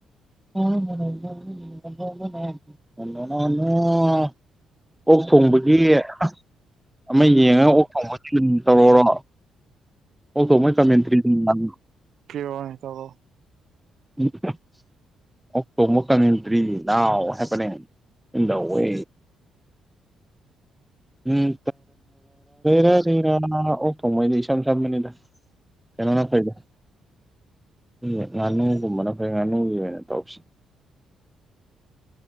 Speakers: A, in the centre; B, on the right.
A: <unintelligible> ꯑꯣꯛ ꯊꯣꯡꯕꯒꯤ ꯑꯁ__ ꯑꯃ ꯌꯦꯡꯉꯒ ꯑꯣꯛ ꯊꯣꯡꯕꯖꯤꯡ ꯑꯗꯨꯝ ꯇꯧꯔꯛꯑꯣꯔꯣ ꯑꯣꯛ ꯊꯣꯡꯕꯩ ꯀꯃꯦꯟꯇ꯭ꯔꯤ ꯅꯪ
B: ꯀꯤꯔꯛꯑꯣꯅꯦ ꯇꯧꯔꯛꯑꯣ
A: <unintelligible> ꯑꯣꯛꯊꯣꯡꯕ ꯀꯃꯦꯟꯇ꯭ꯔꯤ ꯅꯥꯎ ꯍꯥꯏꯔꯛꯄꯅꯦ ꯏꯟ ꯗ ꯋꯦ
B: <inaudible>
A: ꯎꯝ <unintelligible> ꯑꯣꯛ ꯊꯣꯡꯕꯩꯗꯤ ꯏꯁꯝ ꯁꯝꯕꯅꯤꯗ ꯀꯩꯅꯣꯅ ꯐꯩꯗ ꯎꯝ ꯉꯥꯅꯨꯒꯨꯝꯕꯅ ꯐꯩ ꯉꯥꯅꯨꯒꯤ ꯑꯣꯏꯅ ꯇꯧꯁꯤ